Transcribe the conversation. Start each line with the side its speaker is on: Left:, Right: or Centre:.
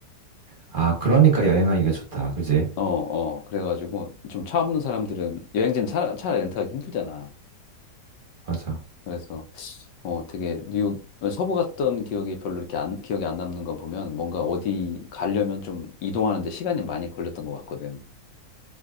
Right: 아, 그러니까 여행하기가 좋다. 그지?
Left: 어, 어. 그래가지고 좀 차 없는 사람들은 여행지는 차, 차 렌트하기 힘들잖아.
Right: 맞아.
Left: 그래서 어, 되게 뉴욕 서부 갔던 기억이 별로 이렇게 안, 기억에 안 남는 거 보면 뭔가 어디 가려면 좀 이동하는데 시간이 많이 걸렸던 것 같거든.